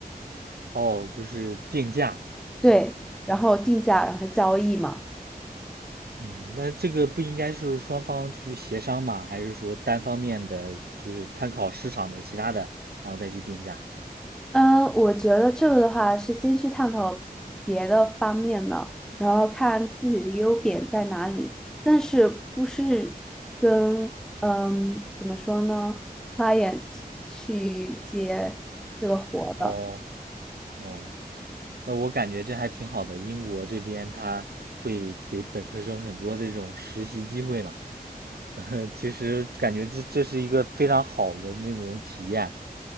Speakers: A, on the right (about 80°); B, in the centre.
A: 哦，就是定价。
B: 对，然后定价然后交易嘛。
A: 嗯，那这个不应该是双方去协商嘛？还是说单方面的，就是参考市场的其他的，然后再去定价？
B: 嗯，我觉得这个的话是先去探讨别的方面的，然后看自己的优点在哪里，但是不是跟嗯怎么说呢，client 去接这个活的。
A: 哦，哦，那我感觉这还挺好的。英国这边他会给本科生很多的这种实习机会嘛，<laughs> 其实感觉这这是一个非常好的那种体验。